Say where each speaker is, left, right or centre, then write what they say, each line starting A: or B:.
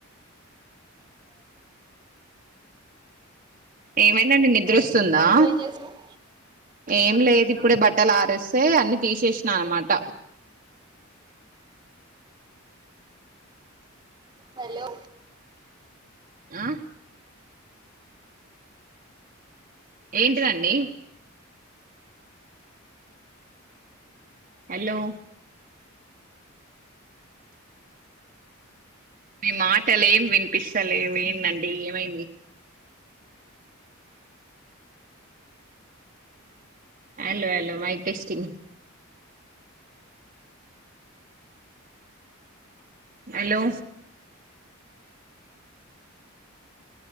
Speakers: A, on the right; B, on the right.
A: ఏమైందండీ నిద్రోస్తుందా
B: నువ్వేం చేసినవ్
A: ఏం లేద్ ఇప్పుడే బట్టల్ ఆరేస్తే అన్ని తీసేసినా అనమాట
B: హలో
A: అ ఏంటిదండి హలో మీ మాటలు ఏం వినిపిస్తలేవు ఏందండి ఏమైంది hello hello mic testing hello